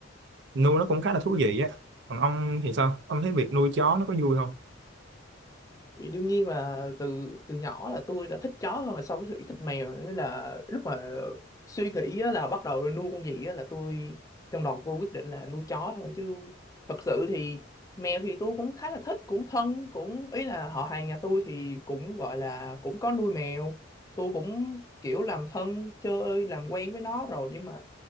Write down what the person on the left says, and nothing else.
thì đương nhiên là từ từ nhỏ là tôi đã thích chó hơn là so với sự thích mèo nên là lúc mà suy nghĩ á, là bắt đầu nuôi con gì á, là tôi trong đầu tôi quyết định là nuôi chó thôi chứ thật sự thì mèo thì tôi cũng khá là thích cũng thân cũng ý là họ hàng nhà tôi thì cũng gọi là cũng có nuôi mèo tôi cũng kiểu làm thân chơi làm quen với nó rồi nhưng mà